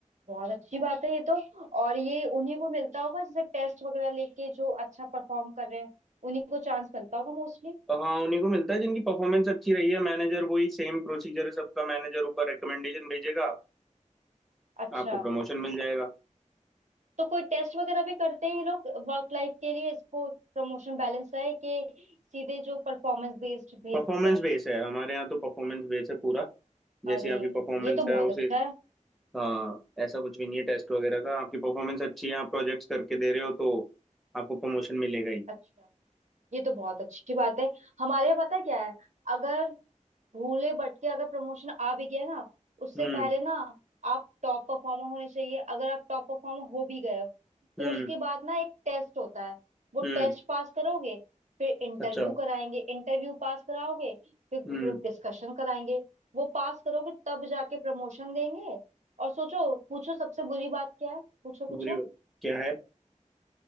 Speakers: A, on the right; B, in the centre.
A: बहुत अच्छी बात है ये तो और ये उन्हीं को मिलता होगा जैसे टेस्ट वगैरह लेके जो अच्छा परफॉर्म कर रहे हैं उन्हीं को चांस मिलता होगा मोस्टली
B: हाँ उन्हीं को मिलता है जिनकी परफॉर्मेंस अच्छी रही है मैनेजर वही सेम प्रोसीजर है सबका मैनेजर ऊपर रिकमेंडेशन भेजेगा
A: अच्छा
B: आपको प्रमोशन मिल जाएगा
A: तो कोई टेस्ट वगैरह भी करते हैं ये लोग वर्क लाइफ के लिए इसको प्रमोशन बैलेंस रहे कि सीधे जो परफॉर्मेंस बेस्ड भेज
B: परफॉर्मेंस
A: देते हैं
B: बेस है हमारे यहाँ तो परफॉर्मेंस बेस है पूरा जैसी
A: अरे
B: आपकी परफॉर्मेंस
A: ये तो बहुत
B: है उसे
A: अच्छा है
B: हाँ ऐसा कुछ भी नहीं है टेस्ट वगैरह का आपकी परफॉर्मेंस अच्छी है आप प्रोजेक्ट्स करके दे रहे हो तो आपको प्रमोशन मिलेगा ही
A: अच्छा ये तो बहुत अच्छी बात है हमारे यहाँ पता है क्या है अगर भूले भटके अगर प्रमोशन आ भी गया ना उससे
B: हम्म
A: पहले ना आप टॉप परफॉर्मर होने चाहिए अगर आप टॉप परफॉर्मर हो भी गए हो तो
B: हम्म
A: उसके बाद ना एक टेस्ट होता है वो
B: हम्म
A: टेस्ट पास करोगे फिर इंटरव्यू
B: अच्छा
A: कराएंगे इंटरव्यू पास कराओगे फिर
B: हम्म
A: ग्रुप डिस्कशन कराएंगे वो पास करोगे तब जाके प्रमोशन देंगे और सोचो पूछो सबसे बुरी बात क्या है पूछो पूछो
B: बुरी बात क्या है